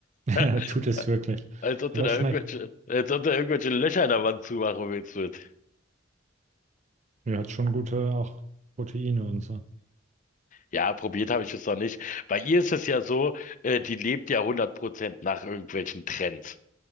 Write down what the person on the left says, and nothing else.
<laughs>
Als ob
du da
irgendwelche, als ob du irgendwelche Löcher in der Wand zumachen willst mit.
Ja, probiert habe ich es noch nicht. Bei ihr ist es ja so, äh, die lebt ja hundert Prozent nach irgendwelchen Trends.